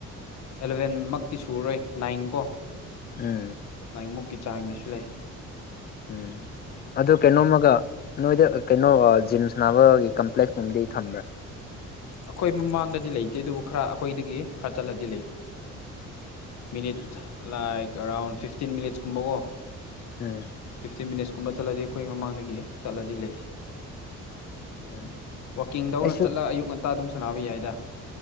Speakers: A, on the left; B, on the left.
A: ꯑꯦꯂꯚꯦꯟꯃꯛꯇꯤ ꯁꯨꯔꯣꯏ ꯅꯥꯏꯟ ꯀꯣ
B: ꯎꯝ
A: ꯃꯨꯛꯀꯤ ꯆꯥꯡꯒꯤꯁꯨ ꯂꯩ
B: ꯎꯝ ꯑꯗꯨ ꯀꯩꯅꯣꯝꯃꯒ ꯅꯣꯏꯗ ꯀꯩꯅꯣ ꯖꯤꯝ ꯁꯥꯅꯕꯒꯤ ꯀꯝꯄ꯭ꯂꯦꯛꯁ ꯀꯨꯝꯕꯗꯤ ꯊꯝꯕ꯭ꯔꯥ
A: ꯑꯈꯣꯏ ꯃꯃꯥꯡꯗꯗꯤ ꯂꯩꯇꯦ ꯑꯗꯨꯕꯨ ꯈꯔ ꯑꯩꯈꯣꯏꯗꯒꯤ ꯈꯔ ꯆꯠꯂꯗꯤ ꯂꯩ minute
B: um
A: like around fifteen ꯃꯤꯅꯤꯠꯁꯀꯨꯝꯕꯀꯣ
B: ꯎꯝ
A: ꯐꯤꯐꯇꯤꯟ ꯃꯤꯅꯤꯠꯁꯀꯨꯝꯕ ꯆꯠꯂꯗꯤ ꯑꯩꯈꯣꯏ ꯃꯃꯥꯡꯗꯒꯤ ꯆꯠꯂꯗꯤ ꯂꯩ
B: ꯎꯝ
A: ꯋꯥꯛꯀꯤꯡꯗꯧꯅ
B: ꯑꯩꯁꯨ
A: ꯆꯠꯂꯒ ꯑꯌꯨꯛ ꯉꯟꯇꯥ ꯑꯗꯨꯝ ꯁꯥꯟꯕ ꯌꯥꯏꯗ